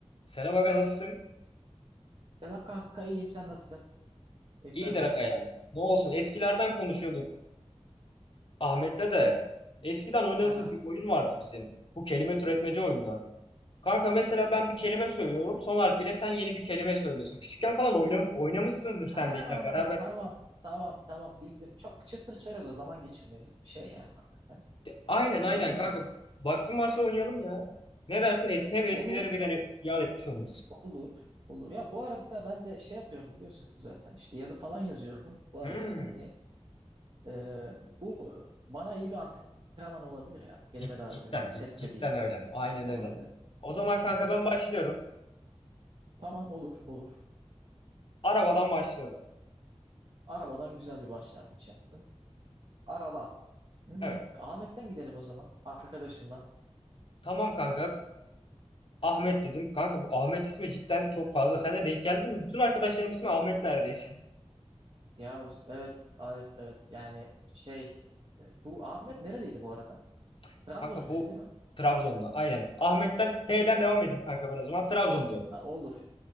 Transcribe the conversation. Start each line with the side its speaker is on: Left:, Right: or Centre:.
Left: Selam aga nasılsın?
Right: Selam kanka iyiyim sen nasılsın? Keyifler
Left: İyidir
Right: nasıl?
Left: aga ya. Ne olsun eskilerden konuşuyorduk Ahmet'le de. Eskiden oynadığımız
Right: Ha ha.
Left: bir oyun vardı bizim. Bu kelime türetmece oyunu. Kanka mesela ben bir kelime söylüyorum. Son harfiyle sen yeni bir kelime söylüyorsun. Küçükken falan oynam oynamışsındır
Right: Ha
Left: sen de illa beraber.
Right: tamam tamam tamam bildim. Çok çıtır çerez o zaman geçirmelik bir şey ya hakikaten.
Left: De- aynen
Right: E, güzel
Left: aynen kanka.
Right: de ama.
Left: Vaktin varsa oynayalım ya. Ne dersin? Es hem eskileri
Right: Olur
Left: bir tane yad etmiş oluruz.
Right: olur olur. Ya bu arada ben de şey yapıyorum biliyorsunuz zaten işte yazı falan yazıyorum bu arada.
Left: Hmm.
Right: Hani e, bu bana iyi bir antrenman olabilir ya. Kelime
Left: Cid-
Right: dağarcığımı
Left: Cidden,
Right: bir
Left: cid-
Right: test
Left: cidden
Right: edeyim
Left: öyle.
Right: ben
Left: Aynen
Right: o
Left: öyle.
Right: halde.
Left: O zaman kanka
Right: Aha.
Left: ben başlıyorum.
Right: Tamam olur olur.
Left: Arabadan başlıyorum.
Right: Arabadan güzel bir başlangıç yaptın. Araba. Hmm,
Left: Evet.
Right: Ahmet'ten gidelim o zaman. Arkadaşından.
Left: Tamam kanka. Ahmet dedim. Kanka bu Ahmet ismi cidden çok fazla. Sen de denk geldi mi? Bütün arkadaşlarım ismi Ahmet neredeyse.
Right: Ya evet, evet, evet. Yani şey, e, bu Ahmet nereliydi bu arada?
Left: <laughs>
Right: Trabzonluydu
Left: Kanka bu
Right: değil mi?
Left: Trabzonlu. Aynen. Ahmet'ten T'den devam edeyim kanka ben o zaman. Trabzon diyorum.
Right: Ha, olur,